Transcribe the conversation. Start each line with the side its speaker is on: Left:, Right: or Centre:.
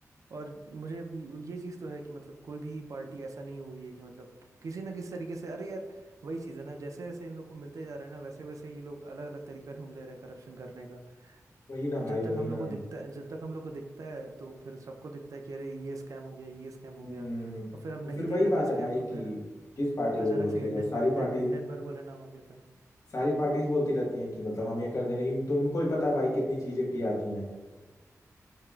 Right: और मुझे भी ये चीज तो है कि मतलब कोई भी पार्टी ऐसा नहीं हुई है कि मतलब किसी ना किसी तरीके से अरे यार वही चीज है ना जैसे जैसे इन लोग को मिलते जा रहा है ना वैसे वैसे ये लोग अलग अलग तरीका ढूंढ ले रहे हैं करप्शन करने का
Left: वही ना
Right: जब
Left: भाई
Right: तक
Left: वही
Right: हम लोग
Left: ना
Right: को दिखता है जब तक हम लोग को दिखता है तो फिर सबको दिखता है कि अरे ये स्कैम हो गया ये स्कैम हो
Left: हम्म
Right: गया
Left: तो
Right: और फिर अब नहीं
Left: फिर वही
Right: दिख रहा
Left: बात
Right: था
Left: है
Right: स्कैम
Left: भाई
Right: तो
Left: कि
Right: फिर
Left: किस पार्टी को
Right: अचानक
Left: वोट
Right: से
Left: दिया
Right: हिंडन
Left: जाए सारी
Right: हिंडन
Left: पार्टी
Right: हिंडनबर्ग वाला नाम आ गया था
Left: सारी पार्टीज बोलती रहती हैं कि मतलब हम ये कर दें लेकिन तुमको ही पता है भाई कितनी चीजें की जाती हैं